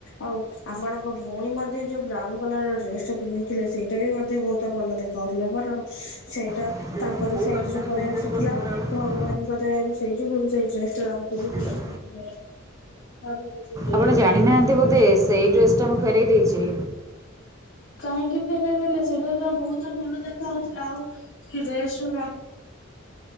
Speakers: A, on the left; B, on the right.
A: ଆଉ ଆପଣଙ୍କ ଭଉଣୀ ମଧ୍ୟ ଯୋଉ ବ୍ରାଉନ କଲର ଡ୍ରେସ ଟା ପିନ୍ଧିଥିଲେ ସେଇଟା ବି ମଧ୍ୟ ବହୁତ ଭଲ ଦେଖାଉଥିଲା କାରଣ ସେଇଟା
B: ଏଇଟା
A: ତାଙ୍କରି
B: ମୁଁ କୋଉ
A: ସାଇଜ
B: ଗାମୁଛାଟା
A: ର ପଳେଇ
B: ପିନ୍ଧି
A: ଆସିଥିଲା
B: ଦେବି କହିଲୁ ଖରାବେଳେ?
A: ଭଗବାନଙ୍କ ଦୟାରୁ ସେଇ ଯୁଗୁରୁ ସେଇ ଡ୍ରେସ ଟା ତାମ
B: ଏଇଟା।
A: ହବ ରୋଷେଇ
B: ଆପଣ ଜାଣିନାହାନ୍ତି ବୋଧେ ସେଇ ଡ୍ରେସ ଟା ମୁଁ ଫେରଇ ଦେଇଚି।
A: କାହିଁକି ଫେରେଇ ଦେଲେ ସେଇଟା ତ ବହୁତ ଭଲ ଦେଖା ହଉଥିଲା ଆଉ ସେଇ ଡ୍ରେସ ଟା ମା